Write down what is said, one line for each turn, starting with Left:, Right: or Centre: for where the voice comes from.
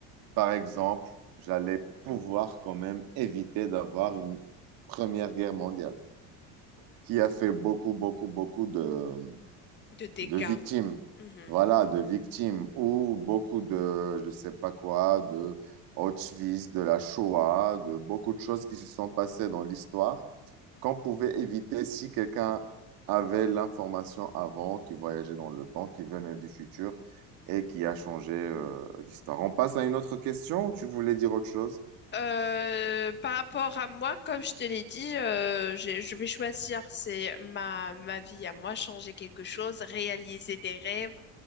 Right: Par exemple, j'allais pouvoir quand même éviter d'avoir une Première Guerre mondiale qui a fait beaucoup, beaucoup, beaucoup de,
Left: De dégâts.
Right: de victimes.
Left: Mhm.
Right: Voilà, de victimes ou beaucoup de, je sais pas quoi, de Auschwitz, de la Shoah, de beaucoup de choses qui se sont passées dans l'histoire qu'on pouvait éviter si quelqu'un avait l'information avant, qui voyageait dans le temps, qui venait du futur et qui a changé euh, l'histoire. On passe à une autre question ou tu voulais dire autre chose?
Left: Euh, par rapport à moi, comme je te l'ai dit, euh, j'ai- je vais choisir, c'est ma, ma vie à moi, changer quelque chose, réaliser des rêves,